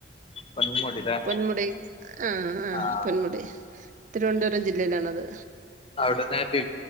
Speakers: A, on the left; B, on the right.
A: പൊന്മുടില്ലേ
B: പൊന്മുടി ആഹ ആഹ
A: ആഹ്
B: പൊന്മുടി തിരുവനന്തപുരം ജില്ലയിലാണത്.
A: അവിടെന്ന <unintelligible>